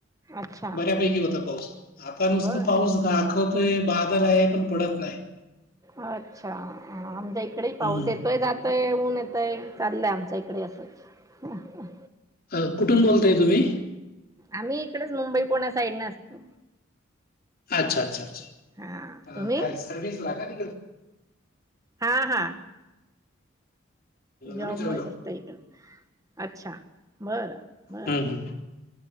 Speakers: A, on the right (about 15°); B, on the left (about 50°).
A: अच्छा
B: बऱ्यापैकी होता पाऊस आता नुसत
A: बर
B: पाऊस घ दाखवतोय बादर आहे पण पडत नाही
A: अच्छा आमच्या इकडे पाऊस
B: हम्म.
A: येतोय जात य ऊन येतय चाललंय आमच्या इकडे असंच हा
B: अ कुठून बोलताय तुम्ही
A: आम्ही इकडेच मुंबई पुण्या साईड न असतो
B: अच्छा अच्छा अच्छा
A: हा तुम्ही
B: काय सर्विस लागा नि
A: हा हा जॉब
B: आम्ही जळगाव.
A: मच असत इकडे अच्छा बरं बर
B: हम्म हम्म.